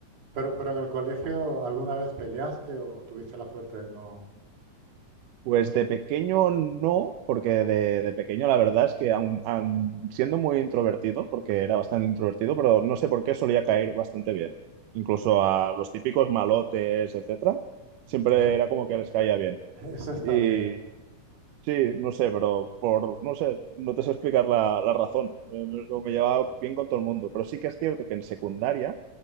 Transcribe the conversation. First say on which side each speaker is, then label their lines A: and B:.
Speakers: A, on the right; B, on the right.
A: Pero, pero en el colegio, ¿alguna vez peleaste o tuviste la suerte de no?
B: Pues de pequeño no, porque de, de pequeño la verdad es que aun, aun siendo muy introvertido, porque era bastante introvertido, pero no sé por qué solía caer bastante bien. Incluso a los típicos malotes, etcétera, siempre
A: Eso,
B: era como que les caía bien.
A: eso está
B: Y
A: bien.
B: sí, no sé, pero por, no sé, no te sé explicar la, la razón. Eh, me- Lo me llevaba bien con todo el mundo, pero sí que es cierto que en secundaria